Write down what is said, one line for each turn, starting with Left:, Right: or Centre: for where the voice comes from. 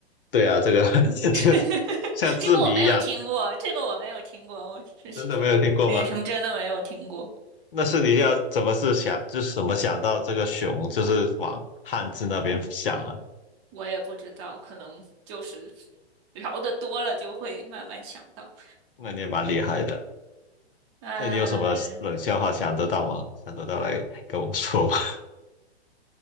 Left: 对啊，这个 <laughs>
Right: <laughs>
Left: 就像字谜一样，
Right: 这个我没有听过，这个我没有听过，我是
Left: 真的没有听过吗？
Right: 那什么真的没有听过。
Left: 那是你要怎么是想，就是怎么想到这个熊，就是往汉字那边想啊？
Right: 我也不知道，可能就是聊得多了就会慢慢想到。
Left: 那你也蛮厉害的。
Right: 嗯
Left: 那你有什么冷笑话想得到吗？想得到来跟我说吧。